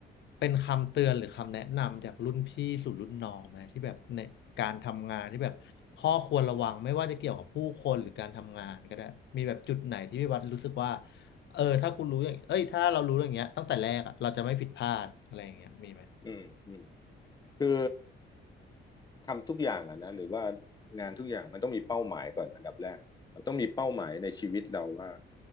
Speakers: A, on the left; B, on the left.
A: เป็นคำเตือนหรือคำแนะนำจากรุ่นพี่สู่รุ่นน้องไหมที่แบบในการทำงานที่แบบข้อควรระวังไม่ว่าจะเกี่ยวกับผู้คนหรือการทำงานก็ได้มีแบบจุดไหนที่พี่วัดรู้สึกว่าเออถ้ากูรู้อย่างเอ้ยถ้าเรารู้อย่างเงี้ยตั้งแต่แรกอะเราจะไม่ผิดพลาดอะไรอย่างเงี้ยมีไหม
B: อืมอืมคือทำทุกอย่างอะนะหรือว่างานทุกอย่างมันต้องมีเป้าหมายก่อนอันดับแรกเราต้องมีเป้าหมายในชีวิตเราว่า